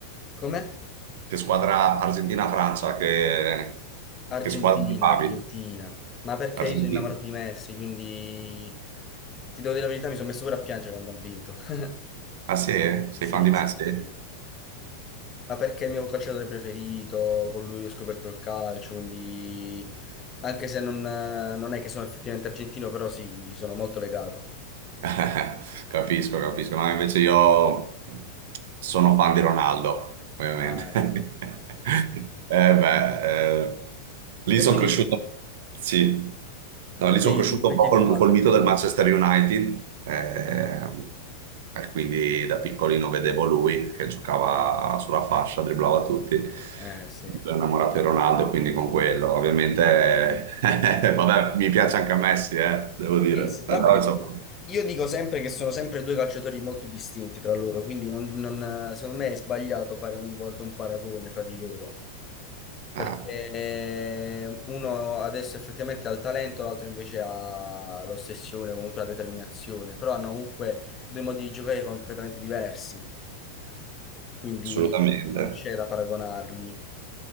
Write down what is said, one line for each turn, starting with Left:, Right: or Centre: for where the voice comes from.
Left: Com'è?
Right: Che squadra Argentina-Francia, che,
Left: Argentina,
Right: che squadra ti favi?
Left: Argentina. Ma perché
Right: Argentina.
Left: io sono innamorato di Messi, quindi ti devo dire la verità, mi sono messo pure a piangere quando ha vinto. <laughs>
Right: Ah sì? Sei
Left: Sì,
Right: fan di Messi?
Left: sì, sì, sì. Ma perché è il mio calciatore preferito, con lui ho scoperto il calcio, quindi anche se non, eh, non è che sono effettivamente argentino, però sì, gli sono molto legato.
Right: <laughs> Capisco, capisco. No, invece io sono fan di Ronaldo, ovviamente.
Left: Ah,
Right: <laughs>
Left: ecco.
Right: Eh beh, eh, lì
Left: E
Right: sono
Left: quindi
Right: cresciuto, sì, No,
Left: tu
Right: lì sono
Left: chi hai,
Right: cresciuto
Left: per
Right: un po'
Left: chi hai
Right: col,
Left: tifato?
Right: col mito del Manchester United, ehm, e quindi da piccolino vedevo lui che giocava sulla fascia, dribblava tutti.
Left: Eh, sì.
Right: Sono innamorato di Ronaldo, quindi con quello, ovviamente, <laughs> vabbè, mi piace anche a Messi, eh, devo dire,
Left: Sì, sì,
Right: però
Left: vabbè.
Right: insomma.
Left: Io dico sempre che sono sempre due calciatori molto distinti tra loro, quindi non- non- secondo me è sbagliato fare ogni volta un paragone fra di loro, perché
Right: Ah,
Left: uno adesso effettivamente ha il talento, l'altro invece ha l'ossessione, comunque la determinazione, però hanno comunque due modi di giocare completamente diversi, quindi
Right: assolutamente,
Left: non c'è da paragonarli.